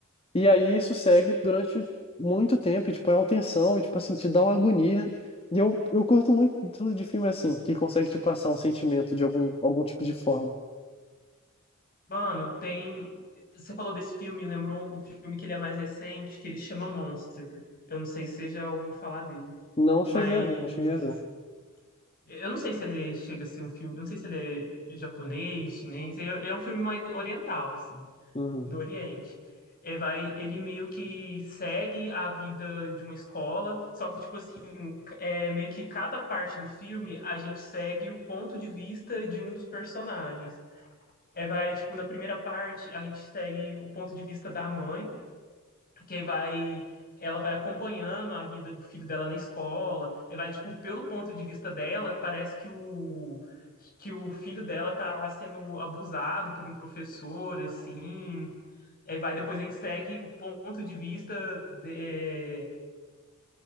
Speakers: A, on the left; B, on the left.
A: E aí isso segue durante muito tempo, e, tipo, é uma tensão, e, tipo assim, te dá uma agonia. E eu, eu curto muito de filme assim, que consegue te passar um sentimento de algum, algum tipo de forma.
B: Mano, tem. Você falou desse filme, lembrou um filme que ele é mais recente, que ele chama Monster. Eu não sei se você já ouviu falar dele.
A: Não cheguei
B: Mas
A: a ver, não cheguei a ver.
B: eu não sei se ele chega a ser um filme. Eu não sei se ele é japonês, chinês. É é um filme mais oriental, assim.
A: Uhum.
B: do Oriente. Ele vai, ele meio que segue a vida de uma escola, só que tipo assim, é meio que cada parte do filme a gente segue o ponto de vista de um dos personagens. É, vai, tipo, na primeira parte a gente segue o ponto de vista da mãe, que vai ela vai acompanhando a vida do filho dela na escola, e vai, tipo, pelo ponto de vista dela, parece que o, que o filho dela tá sendo abusado por um professor, assim, Aí vai, depois a gente segue o ponto de vista de- é,